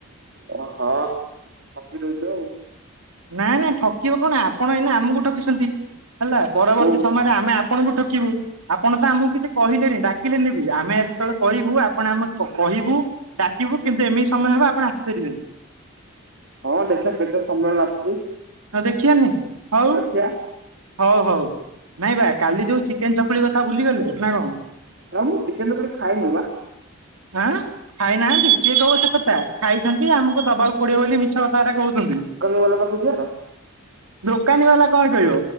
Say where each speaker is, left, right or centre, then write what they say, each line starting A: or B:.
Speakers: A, on the right (about 55°); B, on the right (about 85°).
A: ଓ ହଁ ଠକି ଦଉଛୁ ଆଉ।
B: ନାଇଁ ନାଇଁ ଠକିବ କଣ ଆପଣ ଏଇନା ଆମକୁ ଠକିଛନ୍ତି। ହେଲା ପରବର୍ତ୍ତୀ
A: ହଉ
B: ସମୟରେ ଆମେ ଆପ୍ ଆପଣଙ୍କୁ ଠକିବୁ। ଆପଣ ତ ଆମକୁ କିଛି କହିଲେନି ଡାକିଲେନିବି ଆମେ ଯେତେବେଳେ କହିବୁ ଆପଣ ଆମେ କହିବୁ ଡାକିବୁ କିନ୍ତୁ ଏମିତି ସମୟ ହବ ଆପଣ ଆସିପାରିବେନି।
A: ହଁ ଦେଖିବା କେତେ ସମୟ ଲାଗୁଛି।
B: ହ ଦେଖିବାନି ହଉ।
A: ଦେଖିବା
B: ହଉ ହଉ ନାଇଁ ବା କାଲି ଯୋଉ ଚିକେନ ଚକୁଳି କଥା ଭୁଲିଗଲେ ନା କଣ?
A: ନା ମୁଁ ଚିକେନ ଚକୁଳି ଖାଇନି ବା।
B: ଆଁ ଖାଇନାହାନ୍ତି କିଏ କହିବ ସେ କଥା ଖାଇଛନ୍ତି ଆମକୁ ଦବାକୁ ପଡିବ ବୋଲି ମିଛ କଥା ଗୁରା କହୁଛନ୍ତି।
A: ତୋ ଅଲ ପାଖୁକୁ ଯିବା?
B: ଦୋକାନୀ ବାଲା କଣ କହିବ?